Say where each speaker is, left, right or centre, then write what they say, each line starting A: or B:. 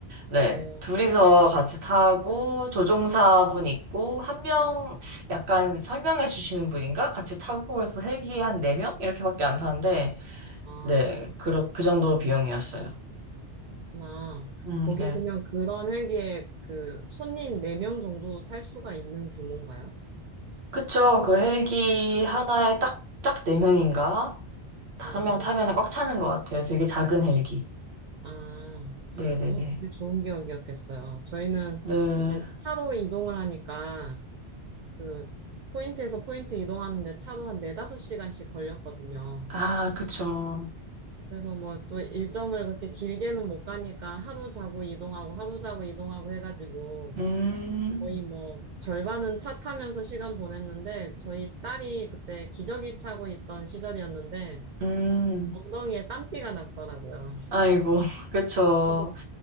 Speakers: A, on the right; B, on the right.
A: 네.
B: 어,
A: 둘이서 같이 타고, 조종사분 있고, 한 명, 약간 설명해 주시는 분인가? 같이 타고, 그래서 헬기 한 네명 이렇게밖에 안 타는데,
B: 아,
A: 네. 그, 그 정도 비용이었어요.
B: 그렇구나.
A: 음,
B: 거기
A: 네.
B: 그냥 그런 헬기에 그 손님 네 명 정도 탈 수가 있는 규모인가요?
A: 그쵸. 그 헬기 하나에 딱, 딱 네명인가 다섯
B: 음,
A: 명 타면 꽉 차는 것 같아요. 되게 작은 헬기.
B: 아,
A: 네네네.
B: 어, 되게 좋은 기억이었겠어요. 저희는
A: 네.
B: 이제 차로 이동을 하니까, 그 포인트에서 포인트 이동하는데 차로 한 네다섯 시간씩 걸렸거든요.
A: 아, 그쵸.
B: 그래서 뭐 또 일정을 그렇게 길게는 못 가니까 하루 자고 이동하고 하루 자고 이동하고 해가지고
A: 음,
B: 거의 뭐 절반은 차 타면서 시간 보냈는데 저희 딸이 그때 기저귀 차고 있던 시절이었는데
A: 음,
B: 엉덩이에 땀띠가 났더라고요. <laughs>
A: 아이고, <laughs> 그쵸.
B: 하도